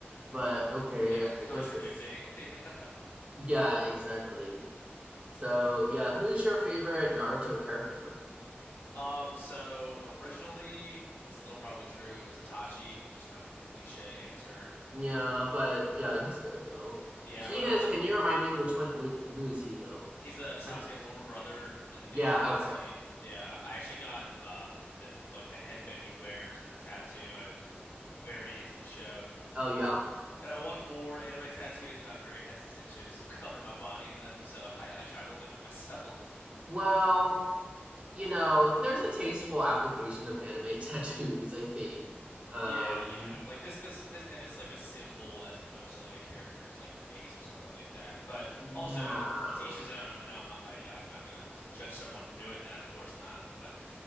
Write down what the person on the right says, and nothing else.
but okay
i
guess that's
yeah exactly so yeah who's your favorite naruto character
yeah but yeah he's good though
he
is
can you remind me which one wh- who is he though
I,
yeah
okay
Oh yeah.
Well, you know, there's a tasteful application of anime <laughs> tattoos, I think. Um
yeah.